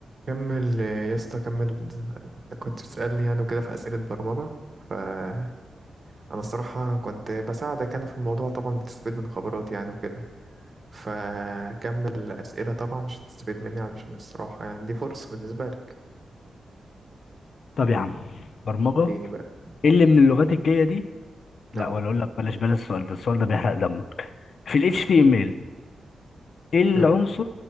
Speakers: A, on the right; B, on the left.
A: كمل يا اسطى كمل أنا كنت بتسألني يعني وكده في أسئلة برمجة فأنا الصراحة كنت بساعدك يعني في الموضوع طبعا بتستفيد من خبراتي يعني وكده فكمل أسئلة طبعا عشان تستفيد مني علشان الصراحة يعني دي فرصة بالنسبة لك
B: طب يا عم برمجة
A: اديني بقى
B: ايه اللي من اللغات الجاية دي لا
A: اه
B: ولا اقول لك بلاش بلاش السؤال ده السؤال ده بيحرق دمك في ال HTML ايه العنصر
A: اه